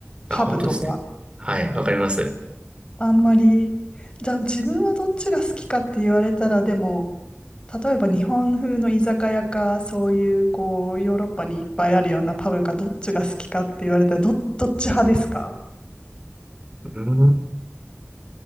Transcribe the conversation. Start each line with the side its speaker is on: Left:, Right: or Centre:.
Right: あ、
Left: パブとか。
Right: 本当ですね。はい、わかります。
Left: あんまり、じゃあ自分はどっちが好きかって言われたら、でも、例えば日本風の居酒屋か、そういうこう、ヨーロッパにいっぱいあるようなパブか、どっちが好きかって言われたら、ど、どっち派ですか
Right: うん